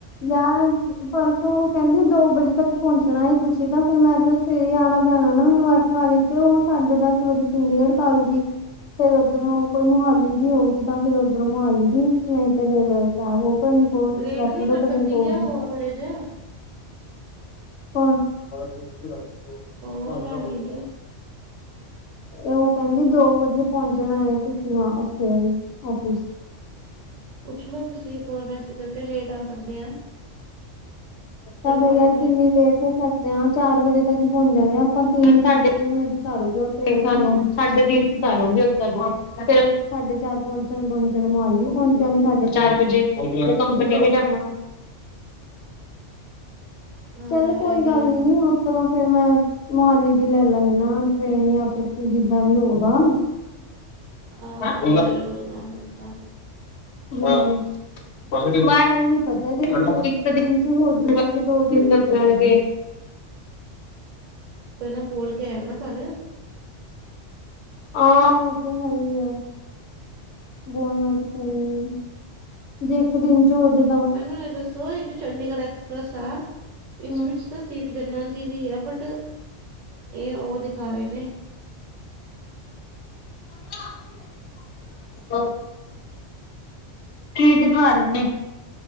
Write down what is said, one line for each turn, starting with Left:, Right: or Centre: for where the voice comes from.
Left: ਯਾਰ ਪਰਸੋਂ ਕੈਂਦੀ ਦੋ ਵਜੇ ਤੱਕ ਪੋਂਚਣਾਏ, ਤੁਸੀਂ ਤਾਂ ਫਿਰ ਮੈਂ ਤਾਂ ਸਵੇਰੇ ਆਣਾ ਪੈਣਾ ਨਾ ਮੈਨੂੰ ਅੱਠ ਵਾਲੀ ਤੇ ਓ ਸਾਡੇ ਦਸ ਵਜੇ ਚੰਡੀਗੜ੍ਹ ਤਾਰੂਗੀ। ਫੇਰ ਓਦਰੋਂ ਕੋਈ ਮੋਹਾਲੀ ਦੀ ਹੋਊਗੀ ਤਾਂ ਫੇਰ ਓਦਰੋਂ ਮੋਹਾਲੀ ਦੀ ਨਈਂ ਤੇ ਫੇਰ <unintelligible> ਫੋਨ
Right: ਲੇਟ
Left: ਰੈਪਡੋ
Right: ਨਹੀਂ ਕਰ
Left: ਕਰਨੀ
Right: ਸਕਦੀ
Left: ਪਊਗੀ।
Right: ਕਿਆ ਉਹ ਥੋੜੇ ਜੇ
Left: ਕੌਨ <unintelligible>
Right: ਉਹ ਰੋਹਾਨੀ <inaudible>
Left: ਤੇ ਓ ਕੈਂਦੀ ਦੋ ਵਜੇ ਪੋਂਚਣਾ ਏ ਤੁਸੀਂ ਹਾਂ, ਓਥੇ ਔਫਿਸ।
Right: ਪੁੱਛਲੋ ਤੁਸੀ ਇਕ ਵਾਰ ਮੈਸਜ ਕਰਕੇ, ਲੇਟ ਆ ਸਕਦੇ ਆ?
Left: ਤਾਂ ਫੇਰ
Right: ਪਾਵਾਂਗੇ
Left: ਯਾਰ ਕਿੰਨੀ ਲੇਟ ਸਕਦੇ ਆਂ, ਚਾਰ ਵਜੇ ਤੱਕ ਹੀ ਪੋਂਚਾਂਗੇ ਆਪਾਂ ਤਿੰਨ ਸਾਢੇ ਤਿੰਨ ਵਜੇ ਤਾਰੂ ਗੀ ਓਤੇ ਸਾਨੂੰ ਸਾਡੇ ਤਿੰਨ ਤਾਰੂ ਗੀ ਓਥੈ ਸਾਡੇ ਚਾਰ ਪੋਂਚਣ ਪੋਂਚਣ ਮੋਹਾਲੀ ਪੋਂਚਾਂਗੇ, ਸਾਡੇ ਚਾਰ ਵਜੇ। ਕੰਪਨੀਆਂ ਵੀ ਜਾਣਾ।
Right: ਹਾਂ
Left: ਚੱਲ
Right: ਇਹ
Left: ਕੋਈ
Right: ਵੀ
Left: ਗੱਲ
Right: ਆ
Left: ਨੀ,
Right: ਫਿਰ
Left: ਓਦਰੋ ਫੇਰ ਮੈਂ ਮੋਹਾਲੀ ਦੀ ਲੈ ਲਾਂਗੇ ਨਾ ਟ੍ਰੇਨ ਯਾਂ ਫਿਰ ਜਿੱਦਾਂ ਵੀ ਹੋਊਗਾ। <inaudible>
Right: ਆਹੋ ਲੈ ਲੋ ਨਾ ਫਿਰ ਤਾਂ
Left: ਹੂੰ, ਬ ਏ ਨੀਂ ਪਤਾ ਕਿ ਇੱਕ ਦਿਨ ਚ ਹੋਜੁਗਾ ਕੇ ਦੋ ਦਿਨ ਲੱਗਣ ਗੇ?
Right: ਫਿਰ ਨਾ ਬੋਲ ਕੇ ਆਇਓ ਨਾ ਘਰ
Left: ਆ, ਓ ਤੇ ਹੈ ਈਏ। ਬੋਲਣਾ <unintelligible> ਜੇ ਇੱਕ ਦਿਨ ਚ ਹੋਜੇ
Right: ਮੈਨੂੰ ਐ ਦੱਸੋ ਐ ਜੋ ਚੰਡੀਗੜ੍ਹ ਐਕਸਪ੍ਰੈਸ ਆ ਇਸ
Left: ਹੂੰ
Right: ਵਿਚ ਤਾਂ ਸੀਟ ਜਨਰਲ ਦੀ ਵੀ ਹੈ ਬਟ, ਏ ਓ ਦਿਖਾ ਰੇਨੇ।
Left: <inaudible> ਕੀ ਦਿਖਾ ਰੇ ਨੇ?